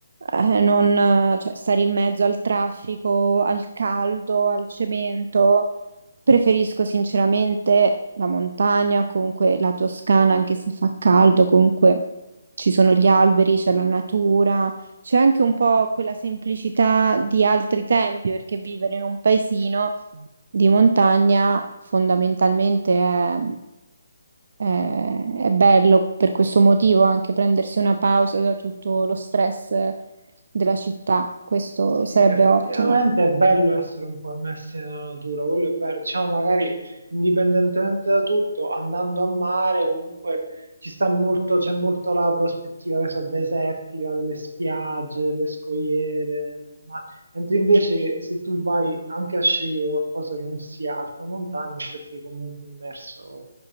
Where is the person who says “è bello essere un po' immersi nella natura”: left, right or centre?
Right